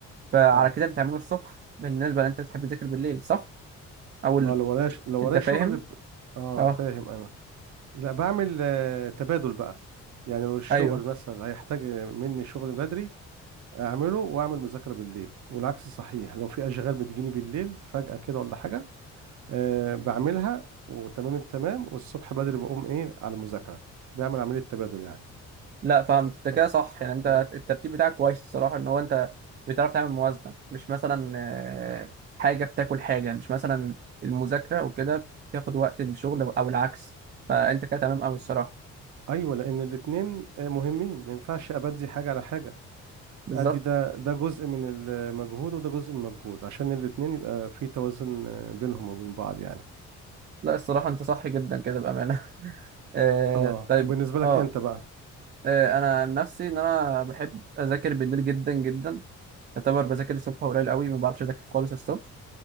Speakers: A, on the right; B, on the right.
A: فعلى
B: اه
A: كده بتعمله الصبح بالنسبه لان انت بتحب تذاكر بالليل صح او ال-
B: اه لو ورايا ش- لو ورايا
A: انت فاهم
B: شغل ب... اه
A: اه
B: فاهم انا لا بعمل آه تبادل بقى يعني لو الشغل
A: ايوه
B: مثلا هيحتاج مني شغل بدري اعمله واعمل مذاكره بالليل والعكس صحيح لو في اشغال بتجيني بالليل فجاه كده ولا حاجه أه بعملها وتمام التمام والصبح بدري بقوم ايه على المذاكرة بعمل عملية تبادل يعني
A: لا فهمت انت
B: بس
A: كده صح يعني انت
B: مم.
A: الترتيب بتاعك كويس الصراحه ان هو انت بتعرف تعمل موازنه مش مثلا آه، حاجه بتاكل حاجه مش مثلا المذاكره وكده بتاخد وقت الشغل او العكس فانت كده تمام قوي الصراحه
B: ايوه لان الاتنين آه، مهمين ما ينفعش ابدي حاجة على حاجة
A: بالظبط
B: ادي ده ده جزء من المجهود وده جزء من المجهود عشان الاتنين يبقى في توازن آه، بينهم وبين بعض يعني
A: لا الصراحه انت صح جدا كده بامانه <laughs> آه،
B: اه
A: طيب
B: وبالنسبة لك
A: اه
B: انت بقى
A: آه، انا عن نفسي ان انا بحب اذاكر بالليل جدا جدا يعتبر بذاكر الصبح قليل قوي ما بعرفش اذاكر خالص الصبح